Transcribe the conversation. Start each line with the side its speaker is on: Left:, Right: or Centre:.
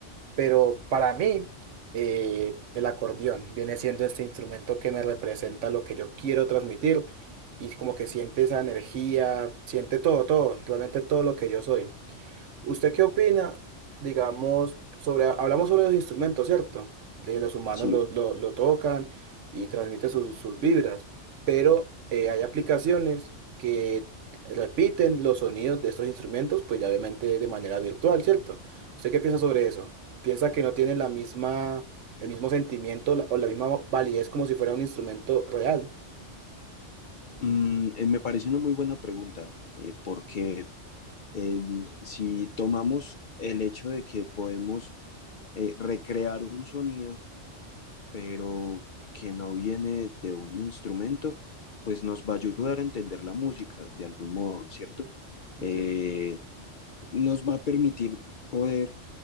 Right: Pero para mí, eh, el acordeón viene siendo este instrumento que me representa lo que yo quiero transmitir y como que siente esa energía, siente todo, todo, realmente todo lo que yo soy. ¿Usted qué opina, digamos, sobre, hablamos sobre los instrumentos, ¿cierto? De los humanos
Left: Sí.
Right: lo, lo- lo tocan y transmiten sus, sus vibras, pero eh, hay aplicaciones que repiten los sonidos de estos instrumentos, pues ya obviamente de manera virtual, ¿cierto? ¿Usted qué piensa sobre eso? ¿Piensa que no tiene la misma, el mismo sentimiento la- o la misma validez como si fuera un instrumento real?
Left: Mm, eh, me parece una muy buena pregunta, eh, porque eh, si tomamos el hecho de que podemos eh, recrear un sonido, pero que no viene de un instrumento, pues nos va a ayudar a entender la música de algún modo, ¿cierto?
Right: No
Left: Eh,
Right: Entiendo.
Left: nos va a permitir poder